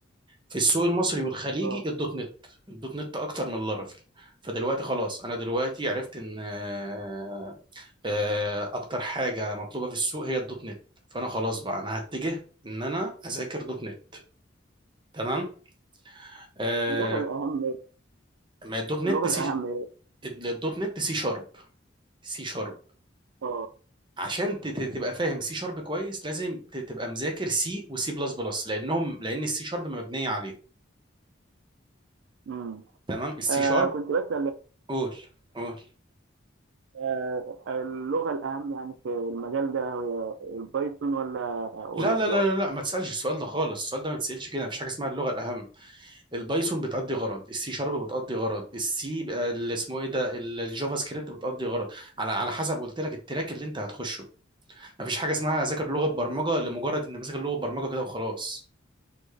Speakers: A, on the right; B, on the right.
A: في السوق المصري والخليجي
B: اه
A: الدوت نت الدوت نت اكتر من اللارافيل فدلوقتي خلاص انا دلوقتي عرفت ان آه، آه، اكتر حاجه مطلوبه في السوق هي الدوت نت فانا خلاص بقى انا هتجه ان انا اذاكر دوت نت تمام آه،
B: اللغة الأهم
A: ما الدوت نت
B: اللغة الأهم
A: سي الدوت نت سي شارب سي شارب
B: اه
A: عشان ت- ت- تبقى فاهم سي شارب كويس لازم ت- تبقى مذاكر سي وسي بلس بلس لانهم لان السي شارب مبنيه عليه
B: امم
A: تمام السي
B: آه
A: شارب
B: كنت بسأل
A: قول قول
B: آه اللغة الأهم يعني في المجال ده هي البايثون ولا ولا
A: لا
B: الجافا
A: لا لا لا لا، ما تسالش السؤال ده خالص السؤال ده ما بتسالش كده مفيش حاجه اسمها اللغه الاهم البايثون بتأدي غرض السي شارب بتأدي غرض السي بقى اللي اسمه ايه ده ال- الجافا سكريبت بتأدي غرض على على حسب قلت لك التراك اللي انت هتخشه مفيش حاجه اسمها ذاكر لغه برمجه لمجرد ان بذاكر لغه برمجه كده وخلاص